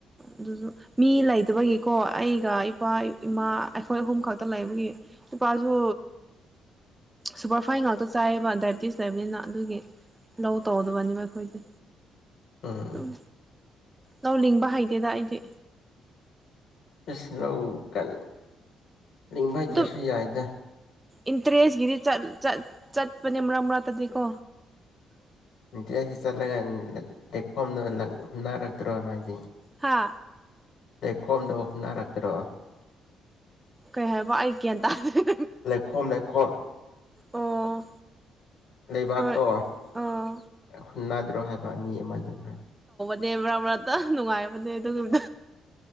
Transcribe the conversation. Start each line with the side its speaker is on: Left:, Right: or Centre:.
Right: ꯑꯗꯨꯁꯨ ꯃꯤ ꯂꯩꯇꯕꯒꯤꯀꯣ ꯑꯩꯒ ꯏꯄꯥ ꯏꯃꯥ ꯑꯩꯈꯣꯏ ꯑꯍꯨꯝ ꯈꯛꯇ ꯂꯩꯕꯒꯤ ꯏꯄꯥꯁꯨ ꯁꯨꯄꯔꯐꯥꯏꯟ ꯉꯥꯛꯇ ꯆꯥꯏꯌꯦꯕ ꯗꯥꯏꯕꯤꯦꯇꯤꯁ ꯂꯩꯕꯅꯤꯅ ꯑꯗꯨꯒꯤ ꯂꯧ ꯇꯧꯗꯕꯅꯦꯕ ꯑꯩꯈꯣꯏꯗꯤ
Left: ꯎꯝ
Right: ꯑꯗꯨꯝ ꯂꯧ ꯂꯤꯡꯕ ꯍꯩꯗꯦꯗ ꯑꯩꯗꯤ
Left: ꯏꯁꯅꯧ ꯀꯅꯤ ꯅꯤꯡꯕ ꯍꯩꯇ꯭ꯔꯁꯨ
Right: ꯑꯗꯨꯝ
Left: ꯌꯥꯏꯗ
Right: ꯏꯟꯇꯔꯦꯁꯀꯤꯗꯤ ꯆꯠꯄꯅꯦ ꯃꯔꯛ ꯃꯔꯛꯇꯗꯤꯀꯣ
Left: ꯅꯨꯡꯇꯤ ꯑꯁꯤ ꯆꯠꯂꯒ ꯂꯩꯈꯣꯝꯗꯨ ꯍꯨꯟꯅꯔꯛꯇ꯭ꯔꯣ ꯅꯣꯏꯗꯤ
Right: ꯍꯥ
Left: ꯂꯩꯈꯣꯝꯗꯣ ꯅꯥꯔꯛꯇ꯭ꯔꯣ
Right: ꯀꯩ ꯍꯥꯏꯕ ꯑꯩ ꯒ꯭ꯌꯥꯟ ꯇꯥꯗꯦ
Left: ꯂꯩꯈꯣꯝ ꯂꯩꯈꯣꯝ
Right: ꯑꯣ
Left: ꯂꯩꯕꯥꯛꯇꯣ
Right: ꯍꯣꯏ ꯑꯣ
Left: ꯍꯨꯟꯅꯗ꯭ꯔꯣ ꯍꯥꯏꯕ ꯃꯤ ꯑꯃꯗꯨꯅ
Right: ꯗꯦꯕ꯭ꯔꯥꯕ ꯅꯨꯡꯉꯥꯏꯕꯅꯦ ꯑꯗꯨꯒꯤ ꯎ